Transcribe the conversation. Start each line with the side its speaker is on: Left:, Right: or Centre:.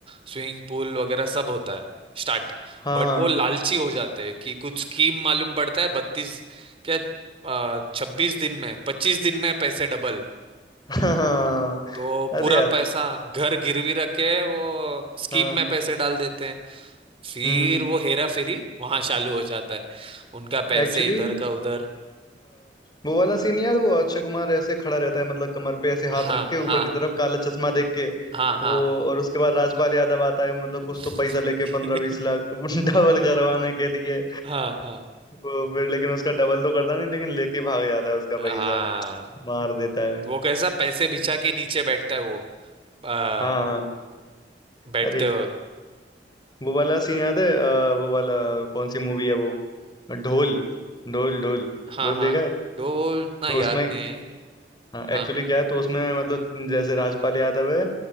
Right: स्विमिंग पूल वगैरह सब होता है स्टार्ट
Left: हाँ
Right: बट वो
Left: हाँ
Right: लालची हो जाते हैं कि कुछ स्कीम मालूम पड़ता है बत्तीस क्या छब्बीस दिन में पच्चीस दिन में पैसे डबल
Left: <laughs> हाँ
Right: तो
Left: अरे
Right: पूरा
Left: यार
Right: पैसा घर गिरवी रख के वो स्कीम
Left: हाँ
Right: में पैसे डाल देते हैं फिर
Left: हम्म
Right: वो हेरा फेरी वहां चालू हो जाता है उनका पैसे
Left: एक्चुअली
Right: इधर का उधर
Left: वो वाला सीन यार वो अक्षय कुमार ऐसे खड़ा रहता है मतलब कमर पे ऐसे हाथ
Right: हाँ
Left: रख के ऊपर
Right: हाँ
Left: की तरफ काला चश्मा देख के
Right: हाँ हाँ
Left: वो और उसके बाद राजपाल यादव आता है मतलब कुछ
Right: <laughs>
Left: तो पैसा लेके पंद्रह बीस लाख <laughs> डबल करवाने के लिए
Right: हाँ हाँ
Left: वो फिर लेकिन उसका डबल तो करता नहीं लेकिन लेके भाग जाता है उसका
Right: हाँ
Left: पैसा मार देता है
Right: वो कैसा पैसे बिछा के नीचे बैठता है वो आ,
Left: हाँ हाँ
Right: बैठते
Left: अरे
Right: वक्त
Left: वो वाला सीन याद है अ, वो वाला कौन सी मूवी है वो ढोल ढोल ढोल
Right: हाँ
Left: ढोल
Right: हाँ
Left: देखा है
Right: तो वो इतना
Left: तो
Right: याद
Left: उसमें
Right: नहीं है
Left: एक्चुअली
Right: हाँ
Left: क्या है तो उसमें मतलब जैसे राजपाल यादव है